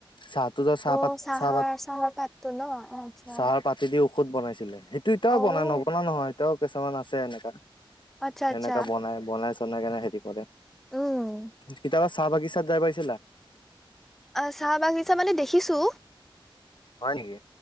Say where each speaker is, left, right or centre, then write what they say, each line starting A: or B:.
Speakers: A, on the left; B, in the centre.
A: চাহটো চাহপাত
B: অ' চাহৰ
A: চাহপাত
B: চাহৰ পাতটো ন আচ্ছা
A: চাহৰ পাত সেইটো দি ঔষধ বনাইছিলে, সেইটো এতিয়াও
B: অ'
A: বনাই নবনা নহয় এতিয়াও কিছুমান আছে এনেকা।
B: আচ্ছা
A: সেনেকা
B: আচ্ছা
A: বনাই বনাই চনাই কেনে হেৰি কৰে।
B: উম
A: কেতিয়াবা চাহ বাগিচাত যাই পাইছিলা?
B: অ চাহ বাগিচা মানে দেখিছোঁ।
A: হয় নেকি?